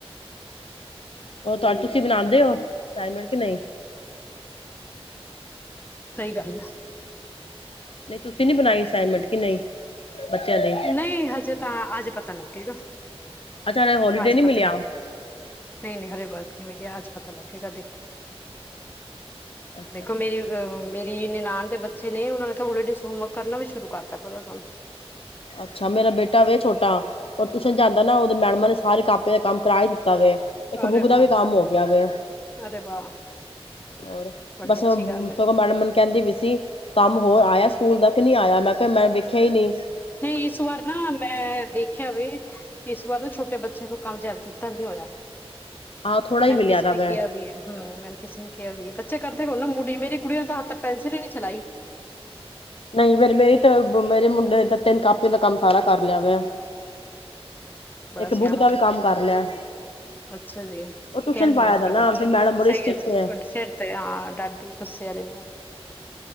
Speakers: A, on the left (about 60°); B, on the left (about 20°).
A: ਉਹ ਤੁ ਤੁਸੀਂ ਬਣਾਉਦੇ ਹੋ ਅਸਾਈਮੈਂਟ ਕੇ ਨਹੀਂ
B: ਸਹੀ ਗੱਲ ਹੈ।
A: ਨਹੀਂ, ਤੁਸੀ ਨਹੀਂ ਬਣਾਈ ਅਸਾਈਨਮੈਂਟ ਕਿ ਨਹੀਂ ਬੱਚਿਆਂ ਦੀ
B: ਨਹੀਂ, ਹਜੇ ਤਾਂ ਅੱਜ ਪਤਾ ਲੱਗੇਗਾ
A: ਅੱਛਾ ਹਲੇ ਹੋਲੀਡੇ
B: ਆਜ
A: ਨੀ
B: ਪਤਾ
A: ਮਿਲਿਆ
B: ਲੱਗੇ ਨਹੀਂ ਨਹੀਂ ਹਰੇ ਵਰਕ ਨਹੀਂ ਮਿਲੀ ਅੱਜ ਪਤਾ ਲੱਗੇਗਾ ਦੇਖੋ
A: ਅੱਛਾ
B: ਦੇਖੋ, ਮੇਰੀ ਅਹ ਮੇਰੀ ਨਿਨਾਣਨ ਦੇ ਬੱਚੇ ਨੇ ਉਹਨਾਂ ਨੇ ਤਾਂ ਹੋਲੀ ਡੇਜ਼ ਹੋਮਵਰਕ ਕਰਨਾ ਵੀ ਸ਼ੁਰੂ ਕਰਤਾ ਪਤਾ ਤੁਹਾਨੂੰ।
A: ਅੱਛਾ। ਮੇਰਾ ਬੇਟਾ ਅੱਜੇ ਛੋਟਾ ਉਹ ਟਿਊਸ਼ਨ ਜਾਂਦਾ ਨਾ ਉਹਦੇ ਮੈਡਮਾਂ ਨੇ ਸਾਰੇ ਕਾਪੀਆਂ ਦਾ ਕੰਮ ਕਰਾ ਹੀ ਦਿੱਤਾ ਇੱਕ
B: ਅਰੇ
A: ਬੁੱਕ
B: ਵਾਹ
A: ਦਾ ਵੀ ਕੰਮ ਹੋ ਗਿਆ ਵੇ
B: ਅਰੇ ਵਾਹ।
A: ਹੋਰ,
B: ਬੜੀ
A: ਬਸ
B: ਅੱਛੀ
A: ਸਗੋਂ
B: ਗੱਲ ਹੈ
A: ਮੈਡਮ ਕਹਿੰਦੀ ਵੀ ਸੀ, ਕੰਮ ਹੋਰ ਆਇਆ ਸਕੂਲ ਦਾ ਕੀ ਨਹੀਂ ਆਇਆ ਮੈਂ ਤੇ ਮੈਂ ਕੀਨਹੀਂ
B: ਨਹੀਂ ਇਸ ਵਾਰ ਨਾ ਮੈਂ ਦੇਖਿਆ ਵੇ ਇਸ ਵਾਰ ਨਾ ਛੋਟੇ ਬੱਚਿਆਂ ਨੂੰ ਕੰਮ ਜ਼ਿਆਦਾ ਦਿੱਤਾ ਨੀ ਹੋਇਆ
A: ਆਹੋ ਥੋੜਾ ਹੀ
B: ਮੈ
A: ਮਿਲਿਆ
B: ਕਿਸੇ
A: ਦਾ
B: ਨੇ
A: ਮੈਂ
B: ਕਿਹਾ ਵੀ ਹੈ ਹਮ ਮੈਨ ਕਿਸੇ ਨੇ ਕਿਹਾ ਵੀ ਹੈ ਬੱਚੇ ਕਰਦੇ ਨ ਮੁੜੀ ਮੇਰੀ ਕੁੜੀ ਨੇ ਤਾਂ ਹੱਥ ਪੈਨਸਿਲ ਹੀ ਨੀ ਚਲਾਈ।
A: ਨਹੀਂ ਫੇਰ ਮੇਰੀ ਤੇ ਮੇਰੇ ਮੁੰਡੇ ਨੇ ਤਾਂ, ਤਿੰਨ ਕਾਪੀਆਂ ਦਾ ਕੰਮ ਸਾਰਾ ਕਰ ਲਿਆ ਵੇ,
B: ਬੜਾ
A: ਇੱਕ
B: ਸਿਆਣਾ
A: ਬੁੱਕ ਦਾ ਵੀ
B: ਵਾ
A: ਕੰਮ ਕਰ ਲਿਆ
B: ਅੱਛਾ ਜੀ
A: ਉਹ ਟਿਊਸ਼ਨ
B: ਕਹਿੰਨੀ
A: ਪਾਇਆ
B: ਆ ਆਪਣੇ
A: ਦਾ ਨਾ
B: ਬੱਚੇ
A: ਫਿਰ
B: ਨੂੰ
A: ਮੈਡਮ ਬੜੀ
B: ਸਹੀ
A: ਸਟ੍ਰਿਕਟ
B: ਹੈ ਸਹੀ ਤੁਹਾਡੇ ਸਿਰ ਤੇ ਹਾਂ ਡਾਡੀ ਗੁੱਸੇ ਆਲੀ